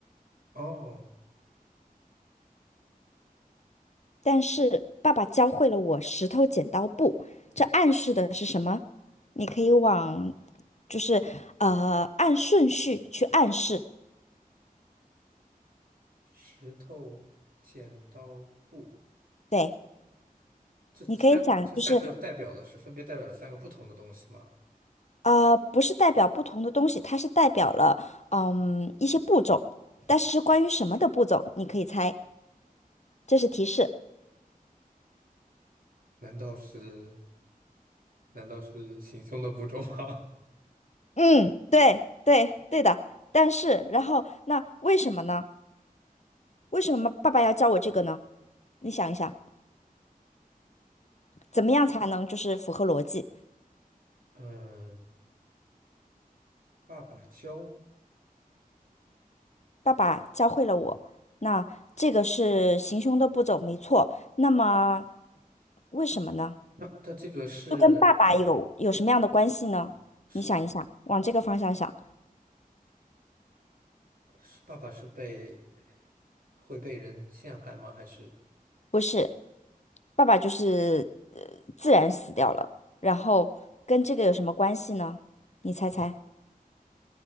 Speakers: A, on the right; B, on the left.
A: 哦，
B: 但是爸爸教会了我石头剪刀布，这暗示的是什么？你可以往就是呃按顺序去暗示，
A: 石头、剪刀、布，
B: 对，
A: 这三这三个代表的是分别代表了三个不同的东西吗？
B: 你可以讲，就是呃，不是代表不同的东西，它是代表了嗯一些步骤，但是是关于什么的步骤，你可以猜，这是提示。
A: 难道是难道是行凶的步骤吗？
B: 嗯，对对对的，但是然后那为什么呢？为什么爸爸要教我这个呢？你想一想，怎么样才能就是符合逻辑？
A: <laughs> 嗯，爸爸教，
B: 爸爸教会了我，那这个是行凶的步骤，没错。那么为什么呢？
A: 那他这个是
B: 就跟爸爸有有什么样的关系呢？
A: 是
B: 你想一想，往这个方向想，
A: 是爸爸是被会被人陷害吗？还是
B: 不是。爸爸就是呃自然死掉了，然后跟这个有什么关系呢？你猜猜，